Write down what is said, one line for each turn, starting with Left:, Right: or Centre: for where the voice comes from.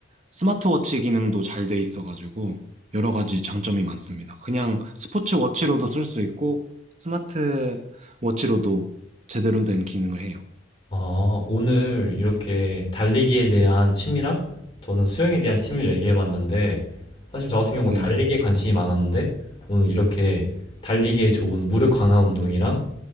Right: 스마트워치 기능도 잘 돼 있어가지고 여러 가지 장점이 많습니다. 그냥 스포츠 워치로도 쓸 수 있고 스마트 워치로도 제대로 된 기능을 해요.
Left: 아, 오늘 이렇게 달리기에 대한 취미랑 저는 수영에 대한 취미를 얘기해 봤는데 사실 저 같은 경우는
Right: 네네.
Left: 달리기에 관심이 많았는데 오늘 이렇게 달리기에 좋은 무릎 강화 운동이랑